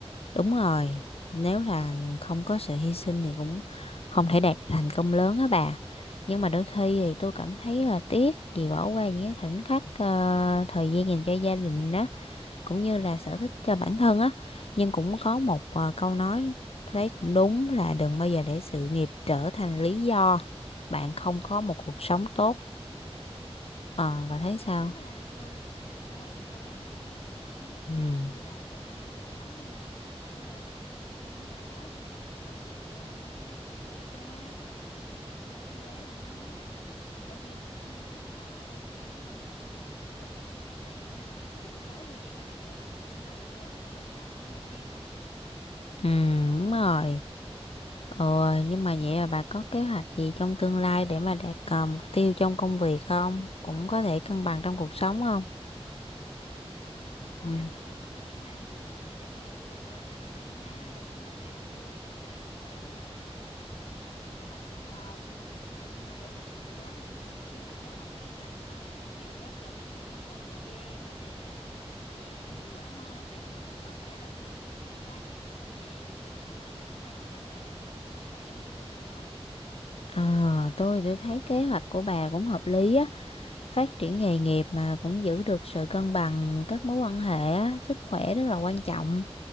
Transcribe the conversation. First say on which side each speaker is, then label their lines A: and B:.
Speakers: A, on the left; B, on the left.
A: Đúng rồi, nếu là không có sự hy sinh thì cũng không thể đạt thành công lớn á bà. Nhưng mà đôi khi thì tôi cảm thấy là tiếc vì bỏ qua những cái khoảnh khắc ờ, thời gian dành cho gia đình á, cũng như là sở thích cho bản thân á. Nhưng cũng có một ờ, câu nói thấy cũng đúng là đừng bao giờ để sự nghiệp trở thành lý do bạn không có một cuộc sống tốt. Ờ, bà thấy sao?
B: Đúng mà tôi tôi thấy cái câu đó hay á bà nó nhắc
A: Ừ.
B: nhở cho tôi là trong cuộc sống á, đôi khi mình phải ờ, mình chúng ta quá chú trọng vào công việc mà quên đi mấy cái giá trị khác á có thể là cái gì cũng có cái giá của nó Ừ, đôi khi là những cái giây phút mà đơn giản bên ờ, gia đình bạn bè hay là mấy cái buổi tối thư giãn với bạn bè thì nó cũng lại ờ, rất là quan trọng á bà ha
A: Ừ, đúng rồi. Ồ, nhưng mà vậy là bà có kế hoạch gì trong tương lai để mà đạt ờ, mục tiêu trong công việc không? Cũng có thể cân bằng trong cuộc sống không?
B: tôi hả tôi đang cố
A: Ừ.
B: gắng là phát triển cái kỹ năng của mình ở trong cái lĩnh vực ờ, marketing á rồi cái mục tiêu của tôi trong vài năm tới là à, trở thành trưởng phòng rồi nhưng mà để làm được điều đó thì chắc tôi nghĩ là tôi sẽ học cái cách mà chịu được áp lực rồi cách phân bổ thời gian rồi tìm cách mà làm việc à, hiệu quả hơn để cho mình không có phải là bị hy sinh quá nhiều về công việc rồi tôi cũng đang học cách là ưu tiên như sức khỏe của tôi nữa
A: À, tôi tôi thấy kế hoạch của bà cũng hợp lý á. Phát triển nghề nghiệp mà cũng giữ được sự cân bằng các mối quan hệ á, sức khỏe rất là quan trọng.